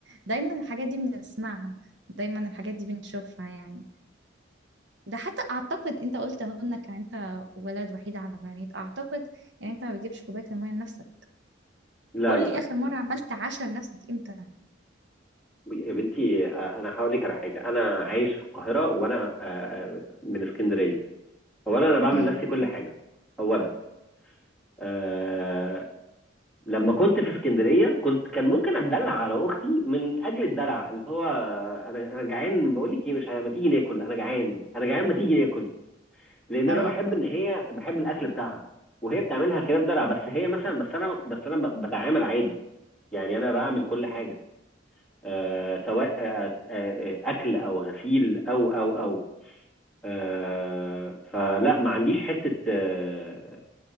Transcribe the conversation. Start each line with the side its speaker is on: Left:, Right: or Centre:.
Right: دايما الحاجات دي بنسمعها دايما الحاجات دي بنشوفها يعني ده حتى اعتقد انت قلت اهو انك انت ولد وحيد على بنات اعتقد ان انت ما بتجيبش كوبايه الميه لنفسك
Centre: لا
Right: قول
Centre: لا
Right: لي
Centre: لا
Right: اخر مره
Centre: لا
Right: عملت عشاء لنفسك امتى
Centre: يا بنتي آه، انا هقول لك على حاجه انا عايش في القاهره وانا آه، آه، من اسكندريه اولا انا بعمل
Right: امم
Centre: لنفسي كل حاجه اولا آه لما كنت في اسكندريه كنت كان ممكن اتدلع على اختي من اجل الدلع اللي هو انا انا جعان بقول لك ايه مش ه- ما تيجي ناكل انا جعان انا جعان ما تيجي ناكل لان
Right: اه
Centre: انا بحب ان هي بحب الاكل بتاعها وهي بتعملها كده بدلع بس هي مثلا بس انا بس انا ب- بتعامل عادي يعني انا بعمل كل حاجه آه سواء آه آه آه، اكل او غسيل او او او آه فلا ما عنديش حته آه